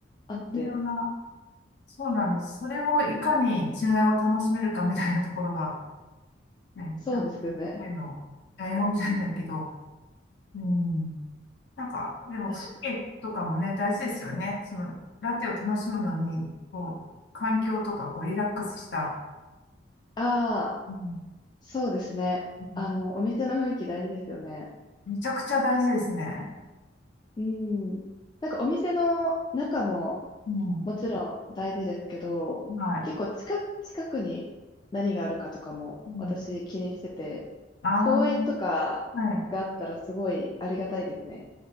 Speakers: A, on the left (about 25°); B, on the left (about 65°).
A: あって、
B: 微妙な、そうなんです。それをいかに違いを楽しめるかみたいなところが、ね、
A: そうですよね。
B: なんか、あの、醍醐味じゃないけど、うん。なんか、でも、
A: 確かに。
B: 風景とかもね、大事ですよね。その、ラテを楽しむのに、こう、環境とか、こう、リラックスした。
A: ああ、
B: うん。
A: そうですね。
B: うん
A: あの、お店の雰囲気大事ですよね。
B: めちゃくちゃ大事ですね。
A: うん。なんかお店の中も
B: うん。
A: もちろん大事ですけど、
B: はい。
A: 結構近く、近くに何があるかとかも私気にしてて、
B: うん。ああ、
A: 公園とかがあったらすごいありがたいですね。
B: はい。